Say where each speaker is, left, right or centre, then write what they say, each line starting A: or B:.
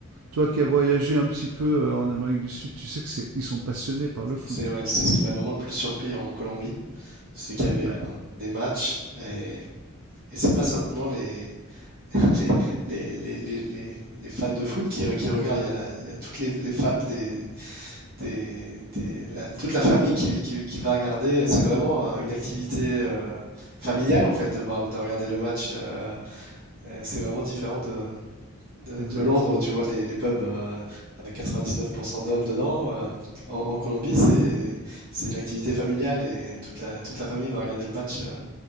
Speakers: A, on the right (about 80°); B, on the right (about 40°).
A: toi qui as voyagé un petit peu euh, en Amérique du Sud, tu sais que c'est, ils sont passionnés par le foot.
B: C'est ouais, c'est ce qui m'a vraiment le plus surpris en Colombie. c'est qu'il y avait
A: Ouais.
B: euh, des matchs et, et c'est pas simplement les, <laughs> les, les, les, les- les fans de foot qui, qui regardent. Il y a, la- il y a toutes les, les femmes des, des- des- la- toute la famille qui, qui, qui va regarder. C'est vraiment euh, une activité euh, familiale en fait de voir, de regarder le match. euh, euh, c'est vraiment différent de, de,
A: Exactement.
B: de Londres où tu vois les, les pubs euh, avec 99% d'hommes dedans. Euh, en, en Colombie, c'est, c'est une activité familiale et toute la, toute la famille va regarder le match. euh,